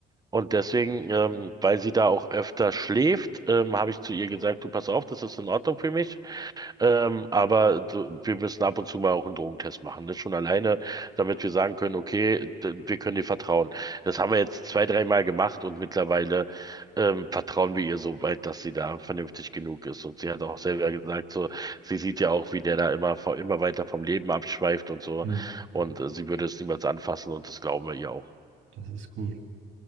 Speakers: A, on the right (about 20°); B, on the right (about 65°).
A: und deswegen, ähm, weil sie da auch öfter schläft, ähm, habe ich zu ihr gesagt, du pass auf, das ist in Ordnung für mich. Ähm, aber du, wir müssen ab und zu mal auch einen Drogentest machen. Das schon alleine, damit wir sagen können, okay, d- wir können dir vertrauen. Das haben wir jetzt zwei, dreimal gemacht und mittlerweile ähm, vertrauen wir ihr so weit, dass sie da vernünftig genug ist. Und sie hat auch selber gesagt, so, sie sieht ja auch, wie der da immer, vo- immer weiter vom Leben abschweift und so.
B: Hm.
A: Und äh, sie würde es niemals anfassen und das glauben wir ihr auch.
B: Das ist gut.